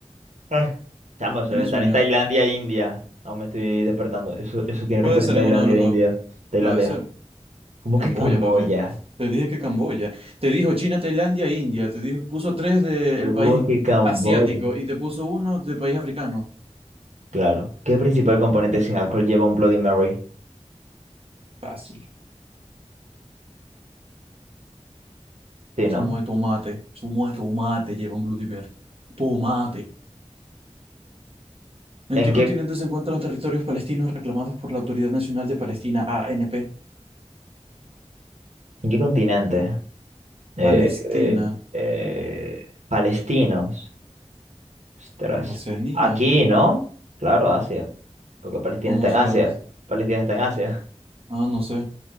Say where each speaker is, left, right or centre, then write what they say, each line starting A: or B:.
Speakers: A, on the right (about 80°); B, on the right (about 55°).
A: Ah, Chamo, eso
B: Tiene
A: debe estar
B: sueño.
A: en Tailandia, India. Aún me estoy despertando. Eso, eso tiene
B: Puede
A: que estar
B: ser
A: en Tailandia,
B: en uno de los dos.
A: India. Tailandia.
B: Puede ser.
A: ¿Cómo
B: Camboya,
A: que Camboya?
B: papi. Te dije que Camboya. Te dijo China, Tailandia, e India. Te dijo, puso tres del
A: ¿Cómo
B: país
A: que Camboya?
B: asiático y te puso uno de país africano.
A: Claro. ¿Qué principal componente sin alcohol lleva un Bloody Mary?
B: Fácil.
A: Sí, ¿no?
B: Zumo de tomate. Zumo de tomate lleva un glutimer. Tomate. ¿En
A: ¿En
B: qué continente
A: qué,
B: se encuentran los territorios palestinos reclamados por la Autoridad Nacional de Palestina, A N P.
A: en qué continente? eh,
B: Palestina.
A: eh, eh, palestinos. Ostras.
B: Oceanía.
A: Aquí, ¿no? Claro, Asia. Porque Palestina
B: ¿Cómo
A: está en
B: sabes?
A: Asia. Palestina está en Asia.
B: Ah, no sé.